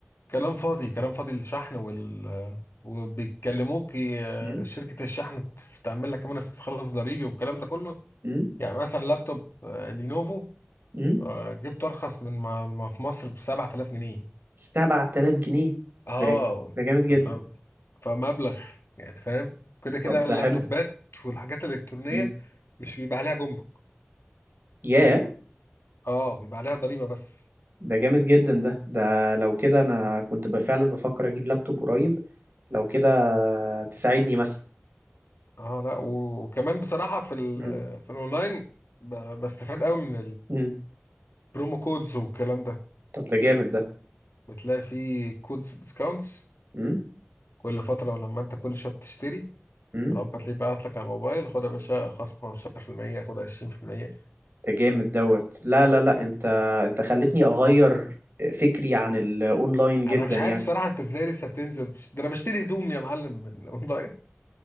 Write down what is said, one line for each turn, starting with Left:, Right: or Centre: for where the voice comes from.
Left: كلام فاضي كلام فاضي الشحن وال وبيكلموك ي-
Right: امم
Left: شركة الشحن تعمل لك كمان استخلاص ضريبي والكلام ده كله
Right: امم
Left: يعني مثلا لابتوب آه، لينوفو
Right: امم
Left: آه، جبته أرخص من ما ما في مصر ب 7000 جنيه
Right: 7000 جنيه
Left: اه
Right: ده ده جامد جدا
Left: فاهم فمبلغ يعني فاهم كده كده
Right: طب ده
Left: اللابتوبات
Right: حلو
Left: والحاجات الإلكترونية
Right: امم
Left: مش بيبقى عليها جمرك
Right: ياه
Left: اه بيبقى عليها ضريبة بس
Right: ده جامد جدا ده ده لو كده انا كنت ب- فعلا بفكر اجيب لابتوب قريب لو كده تساعدني مثلا
Left: اه لا وكمان بصراحة في ال
Right: مم.
Left: في الأونلاين ب- بستفاد قوي من
Right: مم.
Left: البرومو كودز والكلام ده
Right: طب ده جامد ده
Left: بتلاقي فيه كودز ديسكاونتس
Right: مم.
Left: كل فترة لما انت كل شوية بتشتري
Right: مم.
Left: او بتلاقيه بعت لك على الموبايل خد يا باشا خصم 15% خد 20%
Right: ده جامد دوت لا لا لا انت انت خلتني اغير فكري عن الاونلاين جدا
Left: انا مش
Right: يعني
Left: عارف صراحة انت ازاي لسه تنزل ده انا بشتري هدوم يا معلم من اونلاين